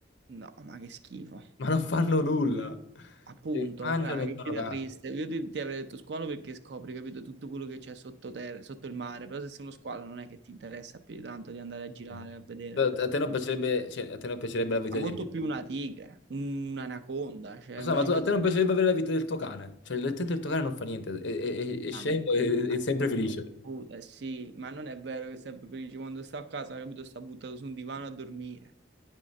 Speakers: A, on the right (about 70°); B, on the left (about 75°).
A: No, ma che schifo.
B: Ma non fanno nulla.
A: Appunto,
B: E mangiano
A: fra,
B: e
A: che
B: fanno
A: vita
B: cazzo.
A: triste. Io ti, ti avrei detto squalo perché scopri, capito, tutto quello che c'è sotto terra, sotto il mare, però se sei uno squalo non è che ti interessa più di tanto di andare a girare,
B: Sì.
A: a vedere.
B: A te non piacerebbe, cioè, a te non piacerebbe la vita
A: Ha molto
B: di...
A: più una tigre, un'anaconda, cioè
B: Lo
A: uno
B: so, ma
A: di
B: tu-
A: questi
B: a te non piacerebbe avere la vita del tuo cane. Cioè, l'attento del tuo cane non fa niente, è, è- è- è
A: parametri,
B: scemo e
A: appunto.
B: è, sempre felice.
A: Appunto, eh sì, ma non è vero che è sempre felice quando sta a casa, capito? Sta buttato su un divano a dormire,